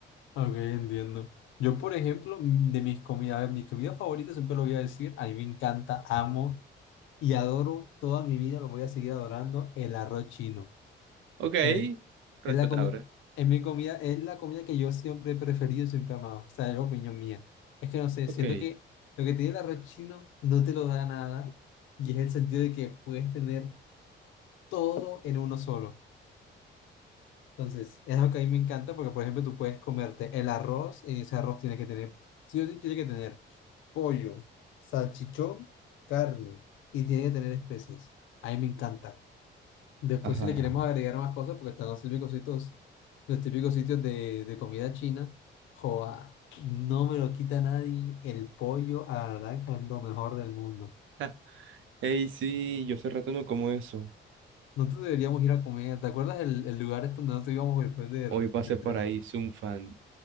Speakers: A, on the left; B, on the right.
A: ok, entiendo. Yo, por ejemplo, de mis comidas, a ver, mis comidas favoritas siempre lo voy a decir, a mí me encanta, amo. y adoro toda mi vida, lo voy a seguir adorando, el arroz chino. O
B: Ok,
A: sea, es
B: respetable.
A: la comida, es mi comida, es la comida que yo siempre he preferido, siempre he amado. O sea, es la opinión mía. Es que no sé,
B: Ok.
A: siento que lo que tiene el arroz chino no te lo da nada y es el sentido de que puedes tener todo en uno solo. Entonces, es algo que a mí me encanta porque, por ejemplo, tú puedes comerte el arroz y ese arroz tiene que tener, sí o sí tiene que tener pollo, salchichón, carne y tiene que tener especies. A mí me encanta. Después,
B: Ajá.
A: si le queremos agregar más cosas, porque están los típicos sitios, los típicos sitios de, de comida china, joa, no me lo quita nadie. El pollo a la naranja es lo mejor del mundo.
B: Ja. Ey, sí, yo hace rato no como eso.
A: Nosotros deberíamos ir a comer. ¿Te acuerdas el, el lugar este donde nosotros íbamos después de,
B: Hoy pasé
A: de entrenar?
B: por ahí, soy un fan.